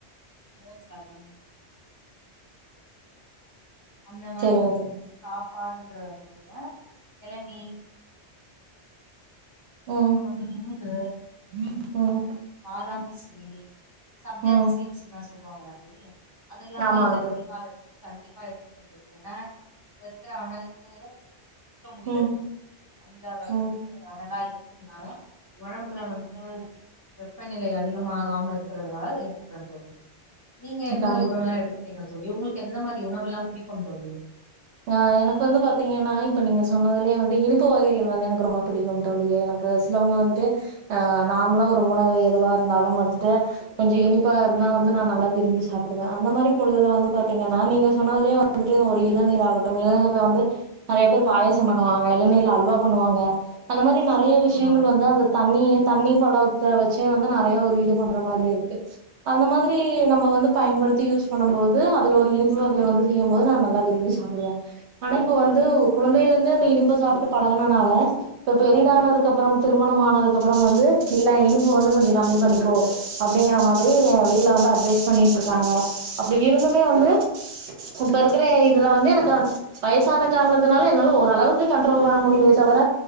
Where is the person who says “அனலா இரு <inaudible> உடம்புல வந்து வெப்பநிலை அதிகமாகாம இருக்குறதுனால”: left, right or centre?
Left